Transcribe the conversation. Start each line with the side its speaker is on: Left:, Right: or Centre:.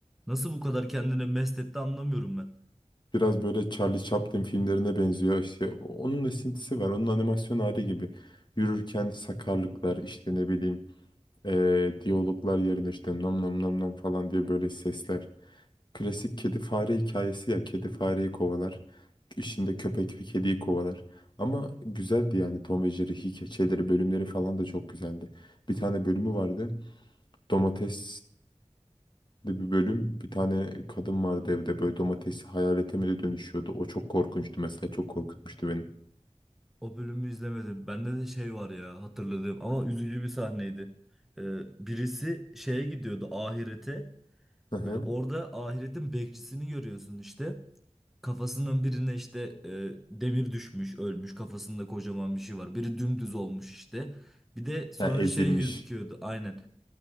Centre: Nasıl bu kadar kendine mest etti anlamıyorum ben.
Left: Biraz böyle Charlie Chaplin filmlerine benziyor. İşte onun esintisi var. Onun animasyon hali gibi. Yürürken sakarlıklar işte ne bileyim eee, diyaloglar yerine işte nam nam nam nam falan diye böyle sesler. Klasik kedi fare hikayesi ya. Kedi fareyi kovalar. İşinde köpek bir kediyi kovalar. Ama güzeldi yani Tom ve Jerry hikayeleri bölümleri falan da çok güzeldi. Bir tane bölümü vardı. Domates de bir bölüm bir tane kadın vardı evde böyle domatesi hayalete mi de dönüşüyordu. O çok korkunçtu mesela çok korkutmuştu beni.
Centre: O bölümü izlemedim. Bende de şey var ya hatırladığım ama üzücü bir sahneydi. Ee, birisi şeye gidiyordu ahirete.
Left: Hı hı.
Centre: Böyle orada ahiretin bekçisini görüyorsun işte. Kafasının birine işte e, demir düşmüş, ölmüş. Kafasında kocaman bir şey var. Biri dümdüz olmuş işte. Bir de sonra
Left: Ha, ezilmiş.
Centre: şey gözüküyordu aynen.